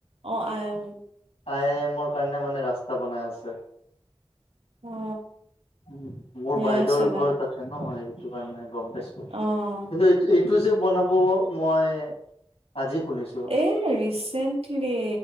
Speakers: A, on the right (about 80°); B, on the left (about 75°).
A: অ। <unintelligible>
B: আই আই এমৰ কাৰণে মানে ৰাস্তা বনাই আছে।
A: অ।
B: উম মোৰ
A: সেয়াই
B: বাইদেউৰ
A: চাগে
B: ঘৰ তাতে নহ সেইটো কাৰণে গম পাইছোঁ কিন্তু
A: অ',
B: এই। ইটুযে বনাব মই। আজি শুনিছো
A: এই ৰিচেন্টলি